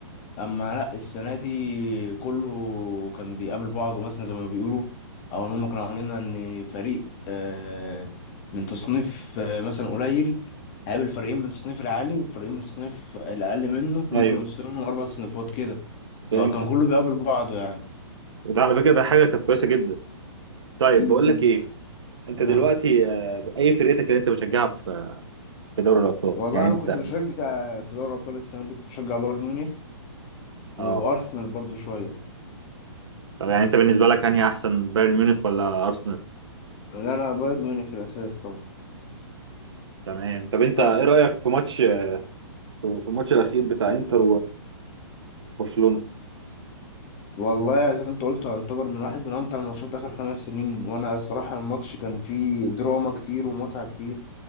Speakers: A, on the left; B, on the right.
A: اما لا السنه دي كله كان بيقابل بعضه مثلا زي ما بيقولوا او ان هم كانوا عاملين ان فريق آه، من تصنيف آه، مثلا قليل هيقابل فريقين من التصنيف العالي وفريقين من التصنيف الاقل منه هم
B: ايوه
A: كانوا مستنيين اربع صنفات كده
B: فهمتك
A: فكان كله بيقابل بعضه يعني
B: وده على فكره ده حاجه كانت كويسه جدا طيب
A: امم
B: بقول لك ايه انت دلوقتي
A: نعم
B: آه، اي فرقتك اللي انت بتشجعها في في دوري الابطال
A: والله
B: يعني انت
A: انا كنت بشجع في دوري الابطال السنه دي كنت بشجع بايرن ميونخ وارسنال
B: اه
A: برضو شويه
B: طب يعني انت بالنسبه لك انهي احسن بايرن ميونخ ولا ارسنال
A: لان انا بايرن ميونخ في الاساس طبعا
B: تمام طب انت
A: طب
B: ايه رايك في ماتش في الماتش الاخير بتاع انتر وبرشلونه
A: والله يعني زي ما انت قلت يعتبر من واحد من امتع الماتشات اخر خمس سنين وانا الصراحه الماتش كان فيه دراما كتير ومتعه كتير